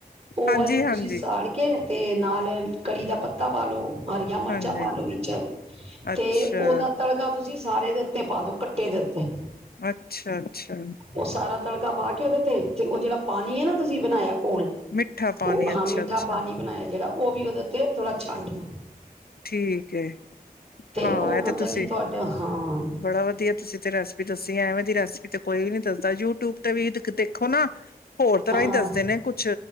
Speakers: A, on the right; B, on the left.
A: ਉਹ
B: ਹਾਂਜੀ
A: ਵਾਲੀ ਤੁਸੀਂ
B: ਹਾਂਜੀ
A: ਸਾੜ ਕੇ ਤੇ ਨਾਲ ਕੜੀ ਦਾ ਪੱਤਾ ਪਾਾਲਓ ਹਰੀਆਂ ਮਿਰਚਾਂ
B: ਹਾਂਜੀ
A: ਪਾ ਲੋੋ ਵਿੱਚ
B: ਅੱਛਾ
A: ਤੇ ਉਹਦਾ ਤੜਕਾ ਤੁ ਤੁਸੀਂ ਸਾਰੇ ਦੇ ਉੱਤੇ ਪਾਦੋ ਕੱਟੇ ਦੇ ਉੱਤੇ
B: ਅੱਛਾ ਅੱਛਾ
A: ਉਹ ਸਾਰਾ ਤੜਕਾ ਪਾ ਕੇ ਉਹਦੇ ਤੇ ਤੇ ਉਹ ਜਿਹੜਾ ਪਾਣੀ ਨਾ ਤੁਸੀਂ ਬਣਾਇਆ ਕੋਲ
B: ਮਿੱਠਾ ਪਾਣੀ
A: ਉਹ
B: ਅੱਛਾ
A: ਹਾਂ ਮਿੱਠਾ
B: ਅੱਛਾ
A: ਪਾਣੀ ਬਣਾਇਆ ਜਿਹੜਾ ਉਹ ਵੀ ਉਹਦੇ ਉੱਤੇ ਥੋੜਾ ਛੰਡ ਦਿ
B: ਠੀਕ ਹਾਂ
A: ਉਹ
B: ਇਹ
A: ਮਤਲਬ
B: ਤੇ ਤੁਸੀਂ
A: ਕਿ ਤੁਹਾਡਾ ਹਾਂ
B: ਬੜਾ ਵਧੀਆ ਤੁਸੀਂ ਤੇ ਰ ਦਸੀ ਐਵੇਂ ਦੀ ਰੈਸਪੀ ਤੇ ਕੋਈ ਨੀ ਦੱਸਦਾ ਯੂਟਿਊਬ ਤੇ ਵੀ ਦੇਖੋ ਨਾ ਹੋਰ ਤਰ੍ਹਾਂ
A: ਹਾਂ
B: ਹੀ ਦੱਸਦੇ ਨੇ ਕੁਛ